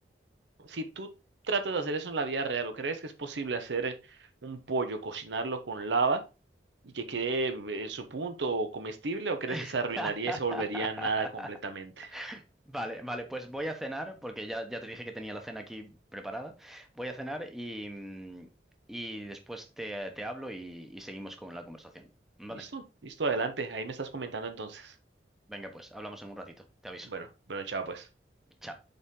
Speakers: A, on the right; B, in the centre.
A: si tú tratas de hacer eso en la vida real, ¿o crees que es posible hacer un pollo, cocinarlo con lava y que quede eh, en su punto comestible, o crees que
B: <laughs>
A: se arruinaría y se volvería nada completamente?
B: Vale, vale, pues voy a cenar, porque ya, ya te dije que tenía la cena aquí preparada. Voy a cenar y, mm, y después te, te hablo y, y seguimos con la conversación. Vale,
A: Listo, listo, adelante. Ahí me estás comentando entonces.
B: venga, pues hablamos en un ratito. Te aviso.
A: Bueno, bueno, chao pues.
B: Chao.